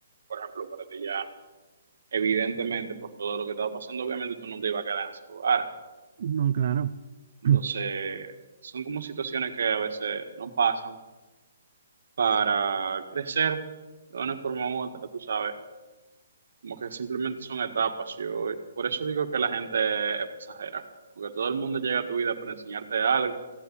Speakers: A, on the right (about 70°); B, on the right (about 60°).
A: por ejemplo, para ti ya, evidentemente, por todo lo que estaba pasando, obviamente tú no te ibas a quedar en ese lugar.
B: no, claro,
A: Entonces,
B: <clears throat>
A: son como situaciones que a veces no pasan para crecer de una forma u otra, tú sabes. Como que simplemente son etapas. Yo, por eso digo que la gente es pasajera, porque todo el mundo llega a tu vida para enseñarte algo.